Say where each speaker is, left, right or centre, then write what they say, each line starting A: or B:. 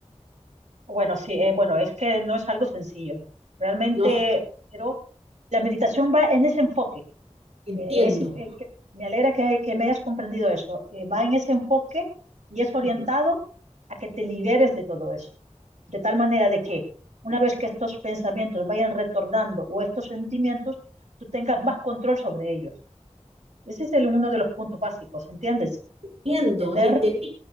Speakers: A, on the right; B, on the right.
A: Bueno, sí, eh, bueno, es que no es algo sencillo. Realmente,
B: No, <laughs>
A: pero la meditación va en ese enfoque.
B: entiendo.
A: Eh, es, eh, que- me alegra que, que me hayas comprendido eso. Eh, va en ese enfoque y es orientado
B: Ujú.
A: a que te liberes de todo eso. De tal manera de que una vez que estos pensamientos vayan retornando o estos sentimientos, tú tengas más control sobre ellos. Ese es el, uno de los puntos básicos, ¿entiendes?
B: Entiendo,
A: Tener
B: entendí,